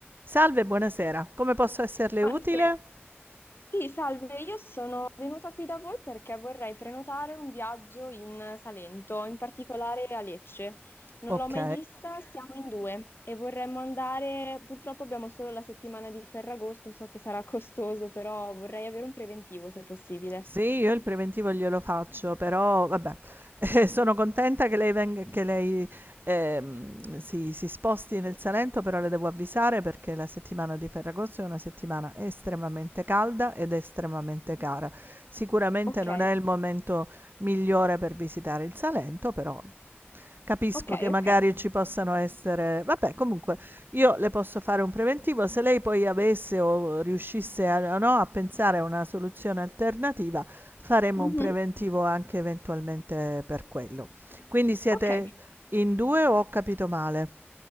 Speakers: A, on the right; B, on the left.
A: Salve, buonasera. Come posso esserle
B: Buonasera.
A: utile?
B: Sì, salve, io sono venuta qui da voi perché vorrei prenotare un viaggio in Salento, in particolare a Lecce. Non
A: Ok.
B: l'ho mai vista, siamo in due e vorremmo andare, purtroppo abbiamo solo la settimana di Ferragosto, so che sarà costoso, però vorrei avere un preventivo se possibile.
A: Sì, io il preventivo glielo faccio, però vabbè, <laughs> eh, sono contenta che lei, venga- che lei, ehm, si, si sposti nel Salento, però le devo avvisare perché la settimana di Ferragosto è una settimana estremamente calda ed estremamente cara. Sicuramente
B: Ok,
A: non è il momento migliore per visitare il Salento, però capisco
B: ok,
A: che magari
B: ok.
A: ci possano essere... Vabbè, comunque, Io le posso fare un preventivo, se lei poi avesse o riuscisse a, no, a pensare a una soluzione alternativa, faremo
B: Mhm,
A: un preventivo anche eventualmente per quello. Quindi siete
B: Ok,
A: in due o ho capito male?